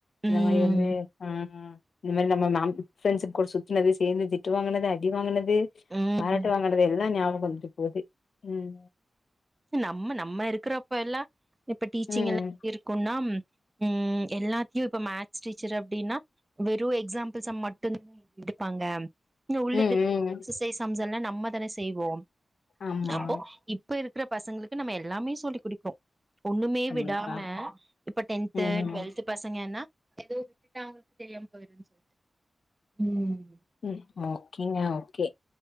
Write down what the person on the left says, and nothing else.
இந்த
மாரி வந்து ம் ம் இந்த மாரி நம்ம மேம் ஃப்ரண்ட்ஸ் கூட சுத்னது சேந்து திட்டு வாங்னது அடி வாங்னது
பாராட்டு வாங்கறது எல்லா ஞாபக வந்துட்டு போகுது ம்
ம்
ம்
ம்
ஆமா
கண்டிப்பா
ம் ம்
ம் ஓகேங்க ஓகே